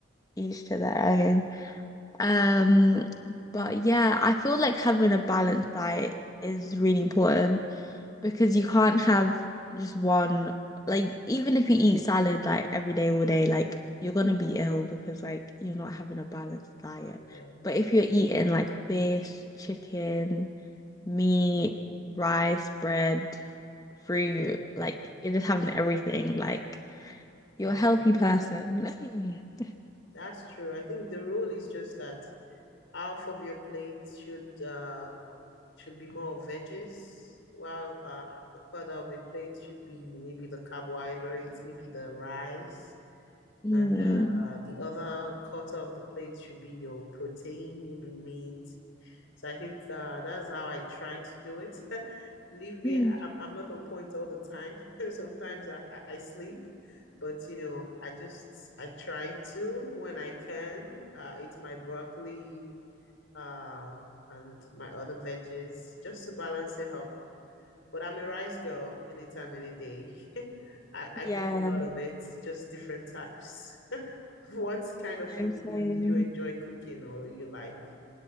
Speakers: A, on the left; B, on the left.
A: each to their own. Um, but yeah, I feel like having a balanced diet is really important because
B: Yeah,
A: you can't have just one, like even if you eat salad like every day, all day, like you're gonna be ill because like you're not having a balanced diet.
B: yeah,
A: But if you're eating like fish, chicken, meat, rice, bread, fruit,
B: yeah,
A: like you're just having everything, like
B: yeah.
A: you're a healthy person. <laughs>
B: That's true. I think the rule is just that Half of your plate should uh should be more veggies, while uh, a quarter of the plate should be maybe the carbohydrates, maybe the rice,
A: Mm.
B: and uh, the other quarter of the plate should be your protein, maybe meat. So I think uh, that's how I try to do it. <laughs> Believe me,
A: Mm.
B: I'm, I'm not on point all the time. <laughs> Sometimes I, I I sleep, but you know, I just I try to when I can uh, eat my broccoli uh, and my other veggies just to balance it up. But I'm a rice girl anytime, any day. <laughs> I,
A: Yeah.
B: I cook a lot of it, just different types. <laughs> What kind of
A: So,
B: food do you
A: so,
B: do you enjoy cooking or you like?